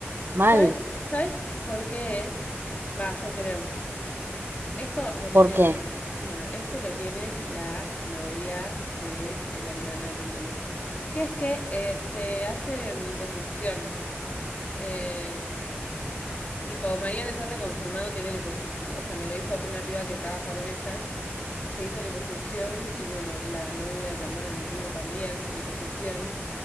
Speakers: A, on the right; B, on the left.
A: mal.
B: ¿Sabes? ¿Sabes por qué es? Va, yo creo. Esto lo tiene,
A: ¿Por qué?
B: bueno, esto lo tiene la novia del hermano de mi novio, que es que eh, se hace en liposucción. Eh, tipo, María Becerra confirmado tiene liposucción, o sea, me lo dijo una piba que trabaja con ella, se hizo liposucción y bueno, la novia del hermano de mi primo también, liposucción.